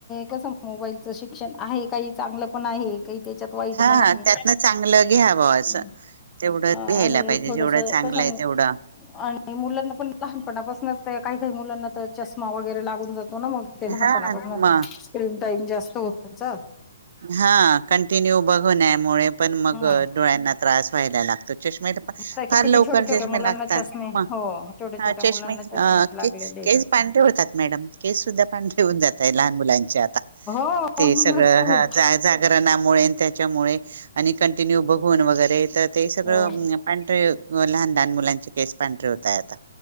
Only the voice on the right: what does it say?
हा
त्यातनं चांगलं घ्यावं असं
तेवढं घ्यायला
पाहिजे
जेवढं चांगलं
आहे तेवढं
हा म
हा कंटिन्यू बघण्यामुळे पण मग
डोळ्यांना त्रास व्हायला लागतो चष्मेला प
फार लवकर
चष्मे
लागतात
मग
हा
चष्मे
अ
केस पांढरे होतात मॅडम, केस सुद्धा पांढरे होऊन जाता लहान मुलांचे आता,
ते सगळं
जा जागरणामुळे न त्याच्यामुळे आणि कंटिन्यू बघून वगैरे तर ते सगळं
पां लहान लहान मुलांचे केस पांढरे होतायं आता.